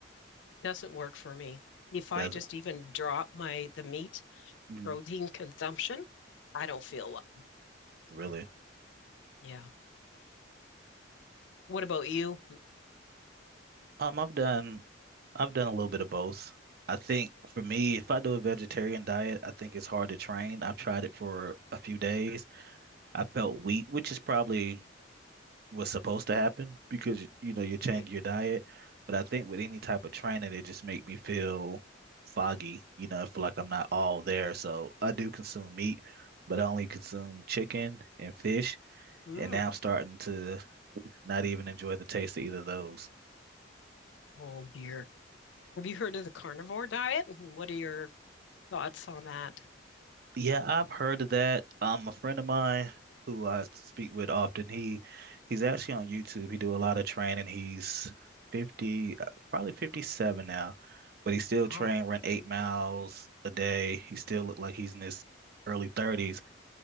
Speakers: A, on the left (about 75°); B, on the right (about 55°).
A: doesn't work for me. If I
B: Does
A: just
B: it?
A: even drop my the meat
B: mm,
A: protein consumption, I don't feel well.
B: really?
A: Yeah. What about you?
B: Um, I've done I've done a little bit of both. I think for me, if I do a vegetarian diet, I think it's hard to train. I've tried it for a few days. I felt weak, which is probably was supposed to happen because you know you change
A: Right.
B: your diet. But I think with any type of training, it just make me feel foggy. You know, I feel like I'm not all there. So I do consume meat, but I only consume chicken and fish,
A: Mm.
B: and now I'm starting to not even enjoy the taste of either of those.
A: Oh dear. Have you heard of the carnivore diet? Mm-hmm. What are your thoughts on that?
B: Yeah, I've heard of that. Um, a friend of mine who I speak with often, he he's actually on YouTube. He do a lot of training. He's 50, uh, probably 57 now, but he still
A: Oh.
B: train, run eight miles a day. He still look like he's in his early 30s.